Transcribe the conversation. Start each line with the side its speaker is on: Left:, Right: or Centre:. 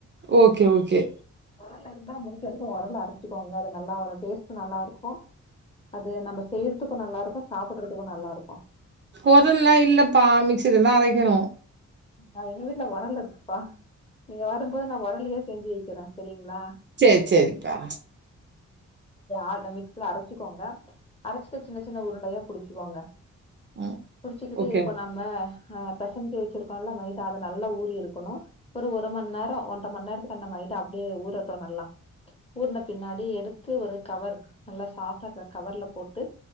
Right: ஓகே ஓகே
Left: ஒரலு இருந்தா முடிஞ்ச வரைக்கு ஒரல்ல அர ச்சிகோங்க அது நல்லா வரு டேஸ்ட் நல்லா இருக்கு அது நம்ம செய்றதுக் கு நல்லா இருக்கு சாப்புடுறதுக்கு நல்லா இருக்கு
Right: ஒரல்லா இல்லப்பா மிக்சில்ல தா அரைக்கணு
Left: ஆ எங்க வீட்ல ஒரல் இருக்கு பா நீங்க வரும்போது நா ஒரல்லயே செஞ்சி வக்கிற செரிங்களா
Right: செரி செரிப்பா
Left: ஆத மிக்சில அரச்சிக்கோங்க அரச்சிட்டு சின்ன சின்ன உருண்டயா புடிச்சிக்கோங்க
Right: ம்.
Left: புடிச்சிக்கிட்டு
Right: ஓகே,
Left: இப்போ நம்ம அ பெசஞ்சு வச் சிருக்கொல்ல மைதா அத நல்ல ஊரி இருக்கணு ஒரு ஒரு மணி நேர ஒன்ற மணி நேரத்துக்கு அந்த மைதா அப்டியே ஊரட்டு நல்லா ஊர்ன பின்னாடி எடுத்து ஒரு கவர் நல்லா சாஃப்டா இருக்ற கவர்ல போட்டு